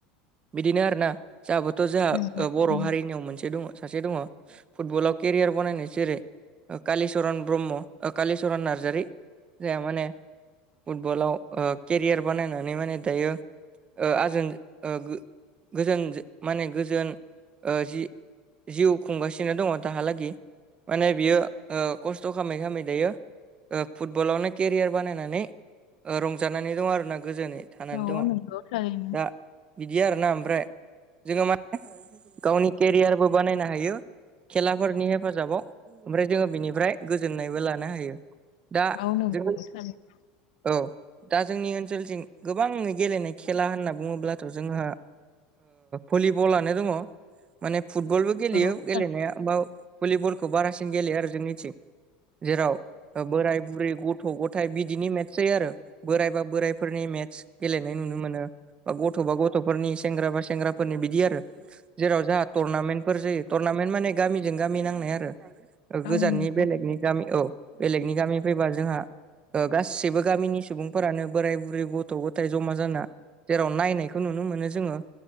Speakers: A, on the right; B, on the left.
A: बिदिनो आरोना जोंहाबोथ जोंहा
B: नंगौ थारैनो
A: बर' हारिनियाव मोनसे दङ सासे दङ फुटबलाव केरियार बनायनाय जेरै कालिचरन ब्रह्म कालिचरन नार्जारि जोंहा माने फुटबलाव केरियार बानायनानै माने दायो आजोन गो गोजोन माने गोजोन जि जिउ खुंगासिनो नो दङ दाहालागै माने बियो खस्थ' खालामै खालामै दायो फुटबलावनो केरियार बानायनानै रंजानानै दं आरोना गोजोन थानानै
B: औ
A: दङ
B: नंगौ थारैनो
A: दा बिदि आरोना ओमफ्राय जोङो माने गावनि केरियारबो बानायनो हायो खेलाफोरनि हेफाजाबाव ओमफ्राय जोङो बिनिफ्राय गोजोननायबो लानो हायो दा
B: औ नंगौ
A: जोङो
B: थारैनो
A: औ दा जोंनि ओनसोलथिं गोबां गेलेनाय खेला होनना बुङोब्लाथ' जोंहा भलिबलानो दङ माने फुटबलबो गेलेयो
B: औ थारैनो
A: <unintelligible> भलिबलखौ बारासिन गेलेयो आरो जोंनिथिं जेराव बोराय बुरै गथ' गथ थाय बिदिनि मेट्स जायो आरो बोरायबा बोराइफोरनि मेटस गेलेनाय नुनो मोनो बा गथ' बा गथ'फोरनि सेंग्रा बा सेंग्राफोरनि बिदि आरो जेराव जाहा टुरनामेन्टफोर जायो टुरनामेन्ट माने गामिजों गामि नांनाय आरो गोजाननि
B: औ नंगौ
A: बेलेगनि गामि औ बेलेगनि गामिनि फैबा जोंहा गासिबो गामिनि सुबुंफोरानो बोराय बुरै गथ' गथाय जमा जाना जेराव नायनायखौ नुनो मोनो जोङो